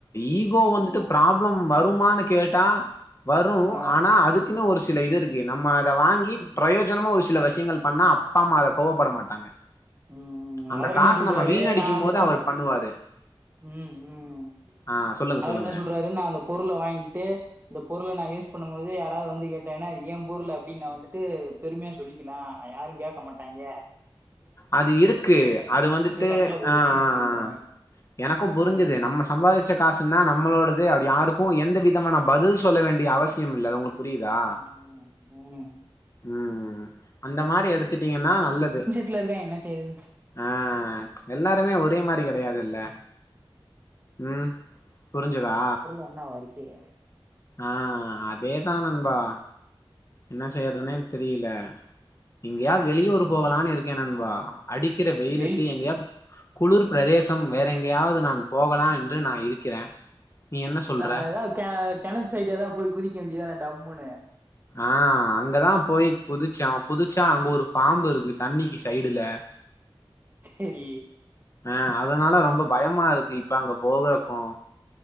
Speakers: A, on the left (about 30°); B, on the right (about 20°).
A: ஈகோ வந்துட்டு
B: ஆமா.
A: ப்ராப்ளம் வருமான்னு கேட்டா வரு
B: ஆ.
A: ஆனா அதுக்குன்னு ஒரு சில இது இருக்கு நம்ம அத வாங்கி
B: ம்.
A: பிரயோஜ ஜோனமோ ஒரு சில வெஷ்யங்கள் பண்ணா அப்பா அம்மா அத கோவப்பட மாட்டாங்க
B: ம்
A: அந்த
B: அவர்
A: காச
B: என்ன சொல்றாரு
A: நம்ம வீணடிக்கும்
B: நா அந்த
A: போது
B: பொரு
A: அவர் பண்ணுவாரு
B: ம் ம்
A: ஆ சொல்லுங்க
B: அவரு
A: சொல்லுங்க
B: என்ன சொல்றாரு நா அந்த பொருள வாங்கிட்டு இந்த பொருள நா யூஸ் பண்ணும் போது யாராவது வந்து கேட்டாங்னா அது ஏ பொருளு அப்டின் நா வந்துட்டு பெருமையா சொல்லிக்கலா யாரு கேக்க மாட்டாங்க
A: அது இருக்கு அது வந்துட்டு
B: கட்டல போடுவாய்ங்க
A: ஆ ஆ
B: அப்படின்றாய்ங்க.
A: ஆ ஆ எனக்கு புரிஞ்சது
B: ம்.
A: நம்ம சம்பாதிச்ச காசுன்னா நம்மளோடது அப்படி யாருக்கு எந்த விதமான பதில் சொல்ல வேண்டிய அவசியோமில்ல அது உங்களுக் புரியுதா
B: ம், ம், ம்.
A: ம் அந்த மாரி எடுத்துட்டீங்கன்னா நல்லது
B: வீட்லருக்கே என்ன செய்றது
A: ஆ எல்லாருமே ஒரே மாரி கெடையாதுல்ல ம் புரிஞ்சதா
B: ஒன்னாவ இருக்கீக
A: ஆ அதேதா நண்பா என்ன செய்யறதுனே தெரியல எங்கயாது
B: ம்
A: வெளியூர் போகலான்னு இருக்கே நண்பா அடிக் கிற வெயிலுக்கு
B: வெளி
A: எங்யா குளிர் பிரதேசம் வேற எங்கேயாவது நான் போகலான்று நா இருக்கிறே நீ என்ன சொல்ற
B: அ அதா கெ கெணத்து சைடு ஏதாவது போய் குதிக்க வேண்டியது தான டம்முன்னு
A: ஆ அங்கதா போய் குதிச்சோ குதிச்சா அங்க ஒரு பாம்புருக்கு தண்ணிக்கி சைடுல
B: சேரி
A: ஆ அதுனால ரொம்ப பயமாருக்கு இப்ப அங்க போகுறக்கு